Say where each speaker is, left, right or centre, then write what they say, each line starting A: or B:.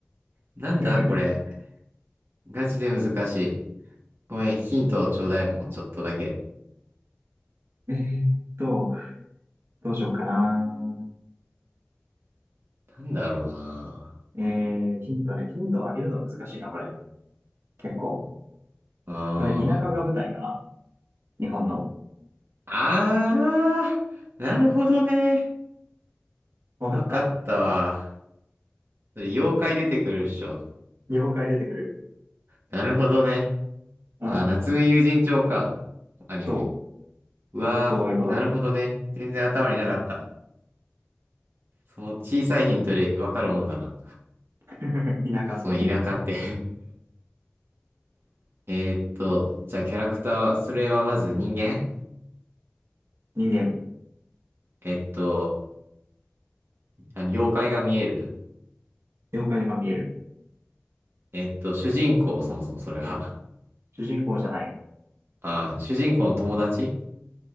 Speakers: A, on the right (about 60°); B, on the right (about 90°).
A: なんだこれ。
B: <laughs>
A: ガチで難しい。ごめん、ヒントをちょうだい、もうちょっとだけ。
B: えーっ <laughs> と、どうしようかな。
A: なんだろうな。
B: えー、ヒントね。ヒントをあげるのは難しいな、これ。結構。
A: うー
B: これ、田舎が舞台かな。
A: ん。
B: 日本の。
A: あー、なるほどね。
B: わかった
A: わかったわ。それ、妖怪出てくるっしょ。
B: 妖怪出てくる。
A: なるほどね。
B: ああ、
A: あー、夏目友人帳か。アニメ。
B: そう。
A: うわー、
B: そういうこと。
A: なるほどね。全然頭になかった。その小さいヒントでわかるもんだな。
B: ああ、<laughs> 田舎っていうね。
A: その田舎って <laughs> えーっと、じゃあキャラクター、それはまず人間
B: 人間。
A: えっと、あの妖怪が見える
B: 妖怪が見える。
A: えっと、主人公、そもそもそれは。
B: 主人公じゃない。
A: <laughs> あー、主人公の友達